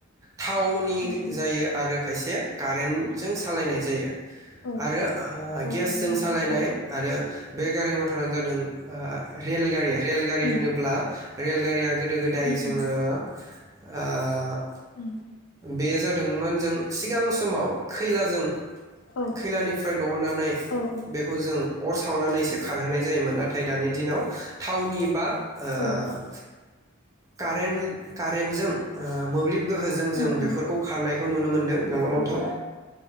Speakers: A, on the right (about 15°); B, on the left (about 85°).
A: थावनि
B: उम
A: गो
B: उम
A: जायो आरो खायसे। कारेन्टजों सालायनाय जायो।
B: औ
A: आरो आ
B: औ
A: गेसजों
B: औ मोब्लिबनि
A: सालायनाय आरो बे गारि मथरानो जादों ओ रेलगारि रेलगारि
B: उम
A: होनोब्ला रेलगारिया गोदो गोदाय
B: उम
A: जोङो
B: उम
A: आ।
B: उम
A: बे जा दोंमोन जों सिगां समाव खैलाजों।
B: औ
A: खैलानिफ्राय दहुननानै
B: औ औ
A: बेखौ जों। अर सावनानैसो खारहोनाय जायोमोन ना थाय दानि दिनाव थावनि बा। ओ।
B: औ उम
A: कारेन्ट-कारेन्टजों ओ मोब्लिब। गोहोजों जों
B: उम
A: बेफोरखौ खारनायखौ नुनो मोनदों नंगौना
B: उम
A: नोंथां